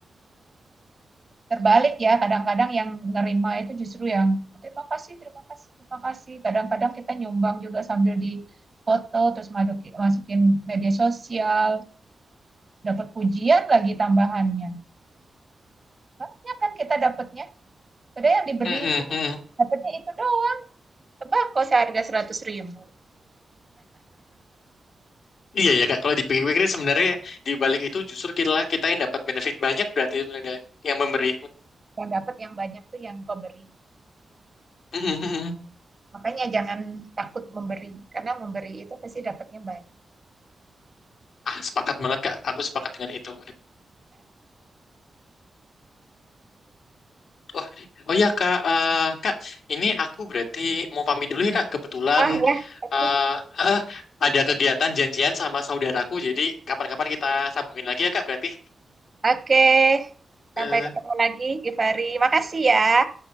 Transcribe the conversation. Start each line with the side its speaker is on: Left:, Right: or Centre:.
Right: terbalik ya kadang-kadang yang nerima itu justru yang terima kasih terima kasih terima kasih kadang-kadang kita nyumbang juga sambil di foto terus masukin, masukin media sosial dapat pujian lagi tambahannya banyak kan kita dapatnya padahal yang diberi
Left: Mm-mm.
Right: itu dapatnya itu doang tembakau seharga seratus ribu
Left: Iya ya kak, kalau dipikir-pikir sebenarnya di balik itu justru kita kita yang dapat benefit banyak berarti sebenarnya yang memberi.
Right: yang dapat yang banyak tuh yang pemberinya
Left: Mm, mm, mm.
Right: makanya jangan takut memberi karena memberi itu pasti dapatnya banyak
Left: Ah, sepakat banget kak, aku sepakat dengan itu. Oh, oh ya kak, Eh, kak ini aku berarti mau pamit dulu ya kak. Kebetulan
Right: ah ya oke
Left: eh, eh, ada kegiatan janjian sama saudaraku, jadi kapan-kapan kita sambungin lagi ya kak berarti.
Right: oke
Left: Eh,
Right: Sampai ketemu lagi, Givari. Makasih ya.